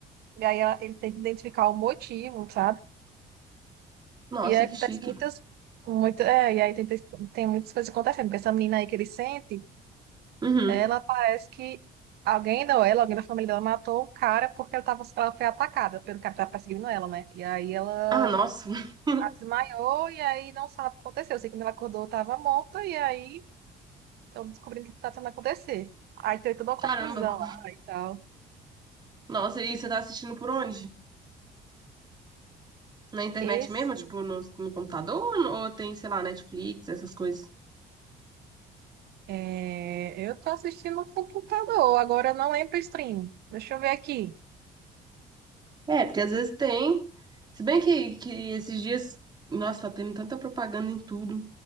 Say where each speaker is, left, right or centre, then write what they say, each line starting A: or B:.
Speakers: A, on the right; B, on the right.
A: e aí ela- ele tem que identificar o motivo, sabe?
B: Nossa,
A: E aí acontece
B: que chique.
A: muitas, muita, é, e aí tem, tem muitas coisas acontecendo, porque essa menina aí que ele sente,
B: Uhum.
A: ela parece que alguém da ela, alguém da família dela matou um cara porque ela, tava, ela foi atacada pelo cara que tava perseguindo ela, né? E aí ela
B: Ah, nossa. <laughs>
A: desmaiou e aí não sabe o que aconteceu. Eu sei que quando ela acordou, tava morta, e aí estão descobrindo o que tá tentando acontecer. Aí tem toda uma confusão
B: Caramba,
A: lá e tal.
B: Nossa, e você tá assistindo por onde? Na internet
A: Esse,
B: mesmo? Tipo, no, no computador? Ou no- ou tem, sei lá, Netflix, essas coisas?
A: é, eu tô assistindo no computador, agora eu não lembro o stream. Deixa eu ver aqui.
B: É, porque às vezes tem. Se bem que, que esses dias, nossa, tá tendo tanta propaganda em tudo.